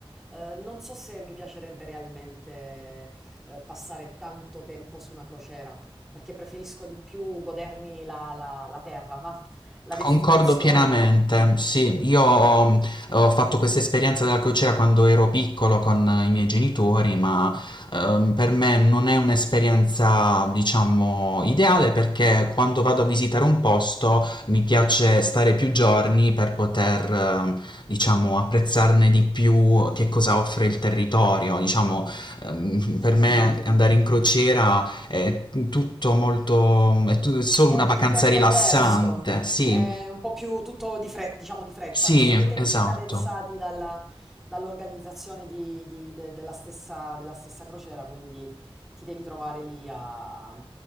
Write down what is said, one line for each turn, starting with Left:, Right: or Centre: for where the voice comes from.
Centre: Eh, non so se mi piacerebbe realmente eh, passare tanto tempo su una crociera, perché preferisco di più godermi la, la la terra, va? La destinazione,
Left: Concordo pienamente,
Centre: quindi.
Left: sì, io ho, ho fatto questa esperienza della crociera quando ero piccolo con i miei genitori, ma ehm, per me non è un'esperienza, diciamo, ideale perché quando vado a visitare un posto mi piace stare più giorni per poter, ehm, diciamo, apprezzarne di più che cosa offre il territorio. Diciamo, ehm,
Centre: Certo.
Left: per me andare in crociera è tutto molto, è, tu- è solo
Centre: Ti godi
Left: una vacanza
Centre: il tempo
Left: rilassante, Rilassante.
Centre: diverso,
Left: sì,
Centre: è un po' più tutto di fre- diciamo di fretta.
Left: sì,
Centre: Ci sono i tempi
Left: esatto,
Centre: cadenzati dalla- dall'organizzazione di- di- de- della stessa, della stessa crociera, quindi ti devi trovare lì a, a-